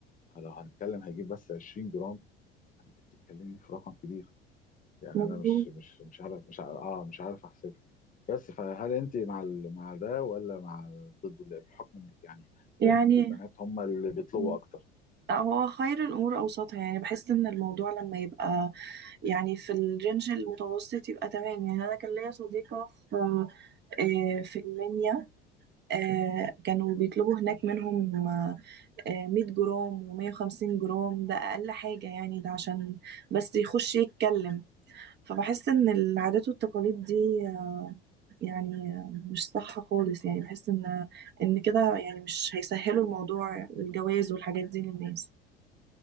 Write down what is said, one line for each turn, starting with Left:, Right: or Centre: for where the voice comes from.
Left: فلو هنتكلم هيجيب بس 20 جرام انت بتتكلمي في رقم كبير يعني
Right: مظبوط
Left: انا مش مش مش عارف مش عارف اه مش عارف بس فهل انت مع ال- مع ده ولا مع ضده لا، بحكم انك يعني
Right: يعني
Left: بنت والبنات هم اللي بيطلبوا
Right: مم.
Left: اكتر
Right: لا، هو خير الأمور أوسطها يعني بحس إن الموضوع لما يبقى يعني في الرينج المتوسط يبقى تمام يعني أنا كان ليا صديقة في آه، في المنيا آه كانوا بيطلبوا هناك منهم آه آه، 100 جرام و150 جرام ده أقل حاجة يعني ده عشان بس يخش يتكلم فبحس إن العادات والتقاليد دي آه، يعني آه، مش صح خالص يعني بحس إن إن كده يعني مش هيسهلوا الموضوع الجواز والحاجات دي للناس